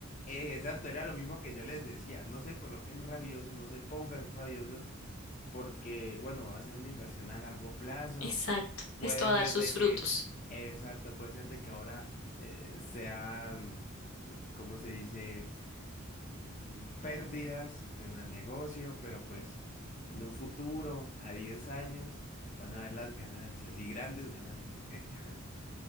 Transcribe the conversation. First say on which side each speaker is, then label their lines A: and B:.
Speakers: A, on the left; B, on the left.
A: Exacto, era lo mismo que yo les decía. No se coloquen rabiosos, no se pongan rabiosos, porque, bueno, va a ser una inversión a largo plazo.
B: exacto.
A: Puede
B: Esto va
A: ser
B: a dar sus
A: de
B: frutos.
A: que, exacto, puede ser de que ahora eh, sean, eh, ¿cómo se dice? mm, pérdidas en el negocio, pero pues en un futuro, a 10 años, van a ver las ganancias y grandes ganancias. Eh, <laughs>